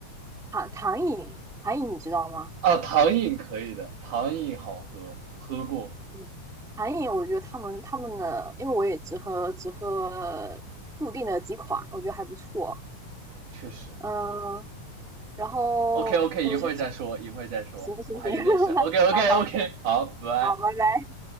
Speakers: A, in the centre; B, on the right.
A: 糖糖饮，糖饮你知道吗？
B: 啊，糖饮可以的，糖饮好喝，喝过，
A: 嗯，糖饮我觉得他们他们的，因为我也只喝只喝固定的几款，我觉得还不错。
B: 确实。
A: 嗯，然后我觉得
B: OK OK，一会儿再说，一会儿再说，
A: 行行行，
B: 我还有点事。
A: <laughs>
B: OK OK
A: 好好
B: OK，好，拜拜。
A: 好，拜拜。